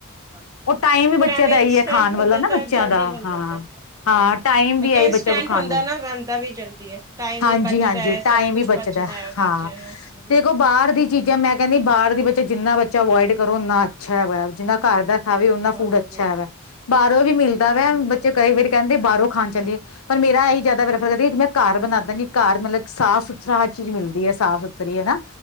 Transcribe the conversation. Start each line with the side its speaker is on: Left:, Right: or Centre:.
Right: ਹਾਂ
Left: ਉਹ ਟਾਈਮ ਵੀ
Right: ਫਿਰ
Left: ਬੱਚਿਆਂ
Right: ਐਵੇਂ
Left: ਦਾ ਇਹੀ
Right: ਇੰਸਟੈਂਟ
Left: ਹੈ ਖਾਣ
Right: ਹੁੰਦੈ
Left: ਵਾਲਾ ਨਾ ਬੱਚਿਆਂ
Right: ਤਾਂ ਜਲਦੀ
Left: ਦਾ
Right: ਮਿਲ
Left: ਹਾਂ
Right: ਜਾਂਦਾ ਹੈ।
Left: ਹਾਂ ਟਾਈਮ
Right: ਮੈਂ
Left: ਵੀ
Right: ਕਿਹਾ
Left: ਆਈ
Right: ਇੰਸਟੈਂਟ
Left: ਬੱਚਾ ਖਾਣ
Right: ਹੁੰਦਾ
Left: ਵਾਲਾ
Right: ਏ ਨਾ ਬੰਦਾ ਵੀ ਜਲਦੀ ਏ, ਟਾਈਮ
Left: ਹਾਂਜੀ
Right: ਵੀ ਬਚਦਾ
Left: ਹਾਂਜੀ
Right: ਐ,
Left: ਟਾਈਮ
Right: ਸਭ ਕੁਛ
Left: ਵੀ
Right: ਬਚਦਾ ਐ। ਮ
Left: ਹਾਂ
Right: <unintelligible> <inaudible>
Left: ਦੇਖੋ, ਬਾਹਰ ਦੀ ਚੀਜ਼ਾਂ, ਮੈਂ ਕਹਿੰਦੀ ਬਾਹਰ ਦੀ <unintelligible> ਜਿੰਨਾ ਬੱਚਾ ਅਵੋਇਡ ਕਰੋ, ਉੰਨਾ ਅੱਛਾ ਹੈਗਾ, ਜਿੰਨਾ ਘਰ ਦਾ ਖਾਵੇ ਉਹਦਾ
Right: ਹਾਂਜੀ
Left: ਫੂਡ ਅੱਛਾ ਹੈਗਾ, ਬਾਹਰੋਂ ਵੀ ਮਿਲਦਾ ਵੈ,
Right: ਬਿਲਕੁਲ
Left: ਬੱਚੇ ਕਈ ਵਾਰ ਕਹਿੰਦੇ ਬਾਹਰੋਂ ਖਾਣ ਚੱਲੀਏ। ਪਰ ਮੇਰਾ ਇਹੀ ਜ਼ਿਆਦਾ ਪ੍ਰੈਫਰ ਬਈ, ਮੈਂ ਘਰ ਬਣਾ ਦਾਂਗੀ, ਘਰ ਮਤਲਬ ਸਾਫ਼ ਸੁਥਰਾ ਹਰ ਚੀਜ਼ ਮਿਲਦੀ ਹੈ ਸਾਫ਼ ਸੁ। ਉਰੀ ਹੈ ਨਾ,